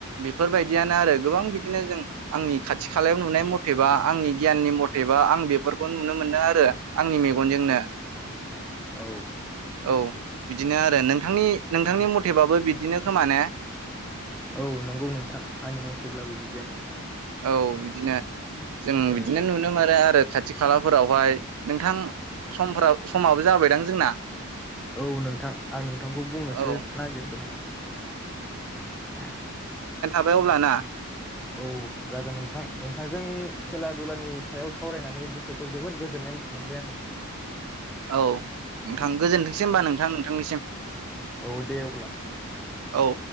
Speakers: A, on the right; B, in the centre.
A: बेफोरबायदियानो आरो गोबां बिदिनो जों आंनि खाथि खालायाव नुनाय मथेबा आंनि गियाननि मथेबा आं बेफोरखौ नुनो मोनो आरो आंनि मेगनजोंनो।
B: औ।
A: औ बिदिनो आरो नोंथांनि नोंथांनि मथेबाबो बिदिनो खोमा ने।
B: औ नंगौ नोंथां आंनि मथेब्लाबो बिदियानो
A: औ बिदिनो जों बिदिनो
B: ओ।
A: नुनो मोनो आरो खाथि खालाफोरावहाय नोंथां समफोर समाबो जाबायदां जोंना।
B: औ नोंथां आं नोंथांखौ बुंनोसो
A: औ
B: नागिरदोंमोन आं।
A: <unintelligible> अब्ला ना
B: औ जागोन नोंथां नोंथांजों खेला दुलानि सायाव सावरायनानै गोसोखौ जोबोर गोजोननाय मोनबाय आंङो।
A: औ नोंथां गोजोनथोंसै होनबा नोंथां नोंथांनिसिम।
B: औ दे अब्ला
A: औ।